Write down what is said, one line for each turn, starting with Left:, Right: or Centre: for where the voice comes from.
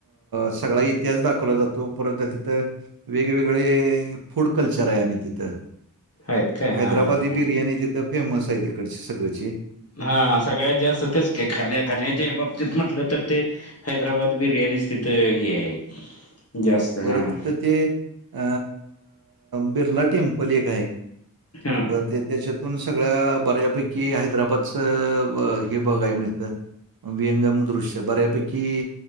Right: सगळा इतिहास दाखवला जातो परत तिथं - वेगवेगळे फूड कल्चर आहे तिथं.
Left: आहेत काय
Right: हैदराबादी
Left: हा हा हा
Right: बिर्याणी तिथं फेमस आहे तिकडची सगळची.
Left: हा सगळ्यात जास्त तेचं खाण्या खाण्याच्या बाबतीत म्हटलं तर ते. हैदराबाद बिर्यानी तिथं हे आहे जास्त हं
Right: परत तिथं ते. अ बिरला टेंपल एक आहे
Left: हा
Right: ते त्याच्या - तिथून सगळ्या बऱ्यापैकी हैदराबादच हे बघाय मिळतं. वियंगम दृश्य बऱ्यापैकी